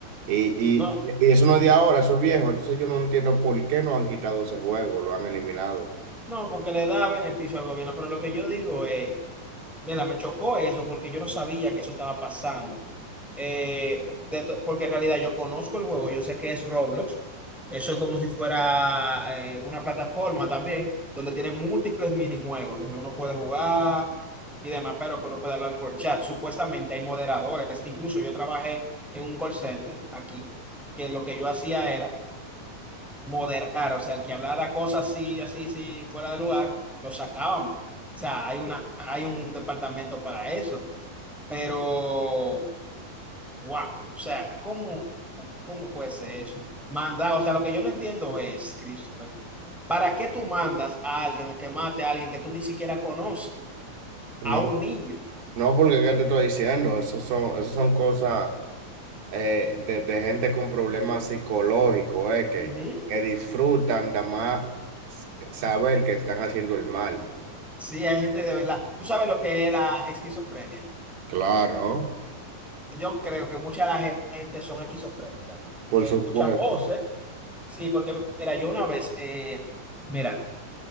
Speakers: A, on the right (about 85°); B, in the centre.
A: Y, y,
B: No,
A: y eso no es de ahora, eso es viejo. Entonces yo no entiendo por qué no han quitado ese juego, lo han eliminado.
B: No, porque le da beneficio al gobierno, pero lo que yo digo es, mira, me chocó eso porque yo no sabía que eso estaba pasando. Eh, de to- porque en realidad yo conozco el juego, yo sé que es Roblox. Eso es como si fuera eh, una plataforma también, donde tiene múltiples minijuegos, donde uno puede jugar y demás, pero que uno puede hablar por chat. Supuestamente hay moderadores. Incluso yo trabajé en un call center aquí, que lo que yo hacía era moderar, o sea, el que hablara cosas así, así, sí, fuera de lugar, lo sacábamos. O sea, hay una, hay un departamento para eso. Pero, wow, o sea, ¿cómo, cómo puede ser eso? Mandar, o sea, lo que yo no entiendo es, Christopher, ¿para qué tú mandas a alguien a que mate a alguien que tú ni siquiera conoces,
A: No,
B: a un niño?
A: no porque ¿qué te estoy diciendo, esas son, esas son cosas eh, de, de gente con problemas psicológicos, eh, que,
B: Ujú.
A: que disfrutan de más saber que están haciendo el mal.
B: Sí, hay gente de verdad. ¿Tú sabes lo que es la esquizofrenia?
A: Claro,
B: Yo creo que mucha de la gente son esquizofrénicas,
A: por
B: que
A: supuesto.
B: escuchan voces Sí, porque mira, yo una vez, eh, mira,